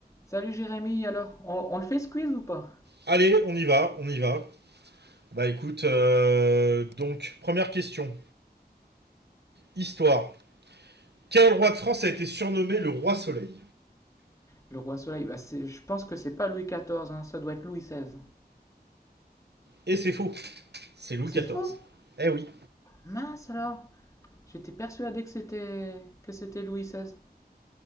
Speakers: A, on the left; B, on the right.
A: Salut Jérémy, alors, on, on le fait squeeze ou pas?
B: Allez, on y va, on y va. Bah écoute, euh, donc, première question. Histoire. Quel roi de France a été surnommé le roi soleil
A: Le roi soleil, bah c'est- je pense que c'est pas Louis XIV, hein, ça doit être Louis XVI.
B: Et c'est faux, c'est Louis
A: C'est
B: XIV.
A: faux?
B: Eh oui,
A: Mince alors, j'étais persuadé que c'était que c'était Louis XVI.